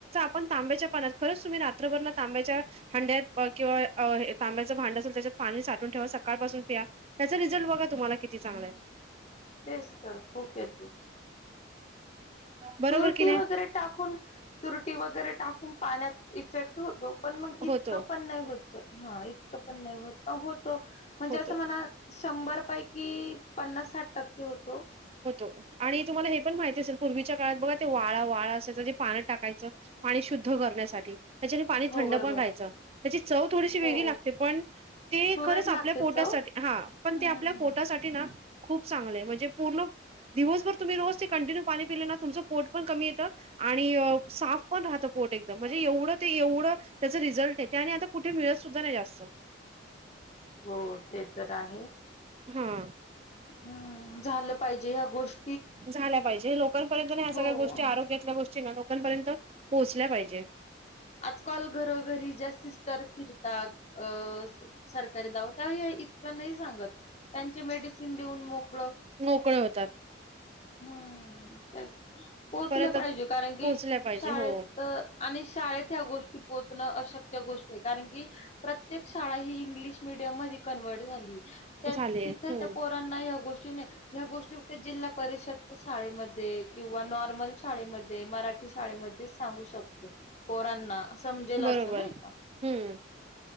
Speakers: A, on the right (about 30°); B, on the left (about 35°).
A: पण तांब्याच्या पाना खरंच तुम्ही रात्रभर ना तांब्याच्या, हांड्यात किंवा पण अ हे तांब्याचं भांड असेल, त्याच्यात पाणी साठून ठेवा सकाळपासून प्या. त्याचा रिझल्ट बघा तुम्हाला किती चांगलं आहे.
B: तेच तर खूप येतो.
A: बरोबर
B: तुरटी
A: की नाही
B: वगैरे टाकून, तुरटी वग गैरे टाकून पाण्यात इफेक्ट होतो. पण मग, इतकं
A: होतो
B: पण नाही होत. हा इतकं पण नाही होत प होतो. म्हणजे
A: होतो
B: असं म्हणा शंभर पैकी पन्नास - साठ टक्के होत
A: होतो आणि तुम्हाला हे पण माहिती असेल पूर्वीच्या बघा ते वाळा, वाळा असायचा जे पानं टाकायचं, पाणी शुद्ध करण्यासाठी. त्याच्याने पाणी थंड
B: हो बरोबर
A: पण राहायचं. त्याची चव थोडीशी वेगळी
B: हो
A: लागते पण, ते
B: तुरट
A: खरंच आपल्या
B: लागते
A: पोटासाठी,
B: चव
A: हा पण
B: हम्म
A: ते आपल्या पोटासाठी ना खूप चांगलंय म्हणजे पूर्ण दिवसभर तुम्ही रोज ते कंटिन्यू पाणी पिले ना, तुमचं पोट पण कमी येतं आणि साफ पण राहतं. पोट एकदम म्हणजे एवढं ते एवढं, त्याच रिझल्ट आहे. ते आणि आता कुठे मिळत सुद्धा नाही जास्त.
B: हो ते तर आहे.
A: हा.
B: हम्म झालं पाहिजे ह्या गोष्
A: झाल्या पाहिजे. लोकांपर्यंत ह्या
B: हो
A: सगळ्या गोष्टी आरोग्यातल्या गोष्टीना लो कापर्यंत पोहोचल्या पाहिजे.
B: आजकाल घरोघरी ज्या सिस्टर फिरतात. अ सरकारी दवा त्या इतकं नाही सांगत, त्यांचे मेडिसिन देऊन मोक
A: मोकळे होतात
B: हम्म ते पोहोचलं
A: परत
B: पाहिजे कारण की
A: पोहोचल्या पाहिजे
B: शाळेत
A: हो
B: आणि शाळेत ह्या गोष्टी पोहोचणं अशक्य गोष्ट आहे कारण की प्रत्येक शाळा ही इंग्लिश मिीडियम मध्ये कन्व्हर्ट झाली त्या
A: झाले
B: तिथे
A: हम्म
B: त्या पोरां नाही अगो या गोष्टी जिल्हा परिषदच्या शाळेमध्ये किंवा नॉर्मल शाळेमध्ये मराठी शाळेमध्ये सांगू शकतो पोरांना समजेल
A: बरोबर
B: असं नाही का
A: हम्म